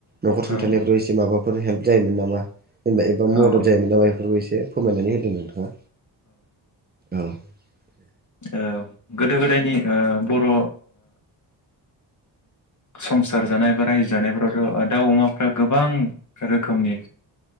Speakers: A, on the right; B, on the left.
A: नखर सुंथानायनायफ्राव
B: औ
A: एसे माबाफोर हेल्प जायोमोन नामा जेनबा एबा मदद
B: औ
A: जायोमोन नामा बेफोरखौ एसे फोरमायनानै होदों नोंथाङा औ ए
B: ओ गोदो गोदायनिओ बर' संसार जानाय बा रायजो जानायफोरावथ' दाउ अमाफ्रा गोबां रोखोमनि